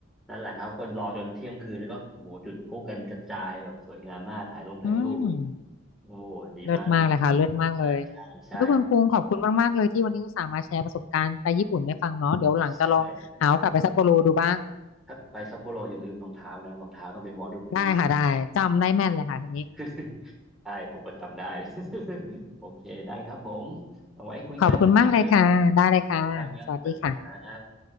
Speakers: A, in the centre; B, on the left.
A: นั่นแหละครับคนรอจนเที่ยงคืนแล้วก็โอ้โหจุดพลุกันกระจายแบบสวยงามมากถ่ายลงถ่ายรูป
B: อืม
A: โอ้ดีมากมิ
B: เลิศมากเลยค่ะเลิศมากเลย
A: ใช่ใช่ใช่
B: เ้ยคุณคุงขอบคุณมากๆเลยที่วันนี้อุตส่าห์มาแชร์ประสบการณ์ไปญี่ปุ่นให้ฟังเนาะเดี๋ยวหลังจะลองหาโอกาสไปซัปโปโรดูบ้าง
A: ใช่ถ้าไปซัปโปโรอย่าลืมรองเท้านะรองเท้าต้องเป็น waterproof
B: ได้ค่ะได้จำได้แม่นเลยค่ะทีนี้
A: <laughs> ใช่ผมประจำได้ <laughs> โอเคได้ครับผมเอาไว้คุยกันอีกทีนึง
B: ขอบคุณมากเลยค่ะได้เลยค่ะสวัสดีค่ะ
A: นะครับสวัสดีครับ